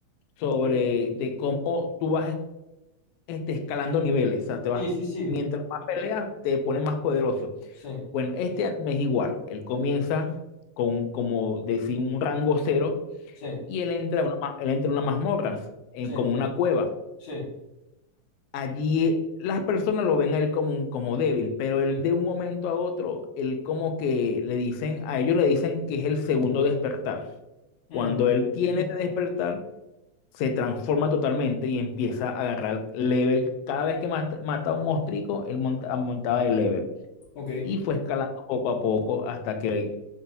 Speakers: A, on the left (about 80°); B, on the left (about 65°).
A: sobre
B: Mm.
A: de cómo tú vas este, escalando niveles. O sea, te vas,
B: sí, sí, sí,
A: mientras más peleas, te pones más poderoso.
B: sí,
A: Bueno, este anime es igual. Él comienza con, como decir, un rango cero
B: sí,
A: y él entra a una, ma- él entra a unas mazmorras, en,
B: sí,
A: como una cueva.
B: sí,
A: allí las personas lo ven a él como, un- como débil, pero él
B: sí.
A: de un momento a otro, él como que le dicen, a ellos le dicen que es el segundo despertar.
B: Mm,
A: Cuando él tiene Mm. ese despertar, se transforma totalmente y empieza a agarrar level. Cada vez que mata, mata a un monstruo, él monta- aumentaba de level.
B: ok.
A: Y fue escalando poco a poco hasta que